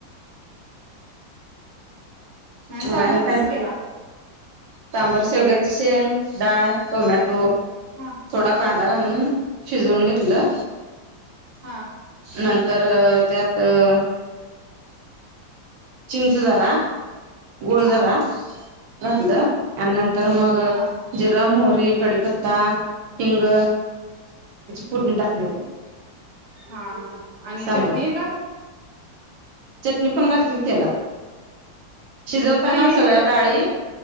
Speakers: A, on the right; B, on the right.
A: आणि
B: मग
A: सांबर कस
B: काय
A: केला?
B: सांबर शेवग्याची शेंग डाळ टोमॅटो
A: हा
B: थोडा कांदा. <unintelligible> कांदा घालुन शिजवून घेतलं.
A: हा
B: नंतर अ त्यात अ. चिंच जरा गुळ
A: हा
B: जरा घातलं
A: हा
B: त्यानंतर मग
A: हा हा
B: जिर मोहर री कडीपत्ता हिंग याची फोडणी टाकली त्यात.
A: हा हा आणि
B: सांबर
A: चटणीला?
B: चटणी पण घातली कि तेलात शिजवताना
A: नाही हेजी
B: सगळ्या
A: चट
B: डाळी